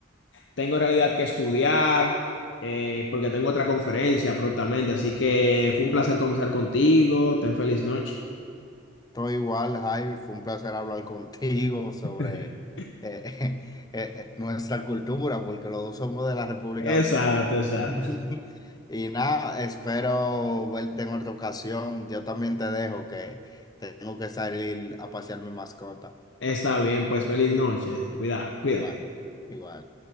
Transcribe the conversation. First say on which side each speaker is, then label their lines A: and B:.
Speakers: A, on the left; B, on the left.
A: tengo en realidad que estudiar, eh, porque tengo otra conferencia prontamente, así que fue un placer conversar contigo, ten feliz noche.
B: Estoy igual, Javi. Fue un placer hablar contigo sobre
A: <laughs>
B: eh, <laughs> eh, eh, nuestra cultura, porque los dos somos de la República
A: Exacto,
B: Dominicana.
A: exacto.
B: <laughs> Y nada, espero verte en otra ocasión. Yo también te dejo que tengo que salir a pasear mi mascota.
A: Está bien, pues feliz noche, cuidado, cuídate.
B: Igual, igual.